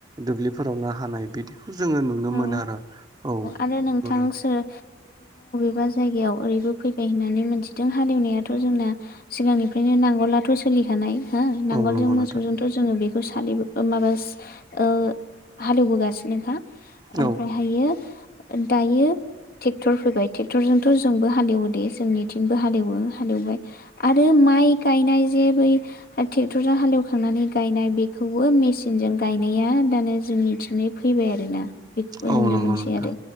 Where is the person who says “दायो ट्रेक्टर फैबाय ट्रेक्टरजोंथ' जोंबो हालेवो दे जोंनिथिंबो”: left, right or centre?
Left